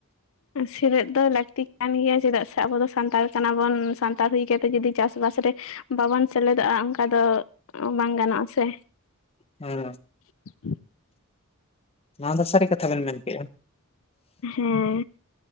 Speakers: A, on the left (about 65°); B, on the left (about 30°).
A: ᱥᱮᱞᱮᱫ ᱫᱚ ᱞᱟᱠᱛᱤ ᱠᱟᱱ ᱜᱮᱭᱟ ᱪᱮᱫᱟᱜ ᱥᱮ ᱟᱵᱚ ᱫᱚ ᱥᱟᱱᱛᱟᱲ ᱠᱟᱱᱟᱵᱚᱱ ᱥᱟᱱᱛᱟᱲ ᱦᱩᱭ ᱛᱮ ᱡᱩᱫᱤ ᱪᱟᱥᱼᱵᱟᱥ ᱨᱮ ᱵᱟᱵᱚᱱ ᱥᱮᱞᱮᱫᱚᱜᱼᱟ ᱚᱱᱠᱟ ᱫᱚ ᱵᱟᱝ ᱜᱟᱱᱚᱜ-ᱟ ᱥᱮ
B: ᱦᱩᱸ
A: <inaudible> <inaudible>
B: ᱱᱚᱣᱟ ᱫᱚ ᱥᱟᱹᱨᱤ ᱠᱟᱛᱷᱟ ᱵᱮᱱ ᱢᱮᱱ ᱠᱮᱜᱼᱟ,
A: ᱦᱮᱸ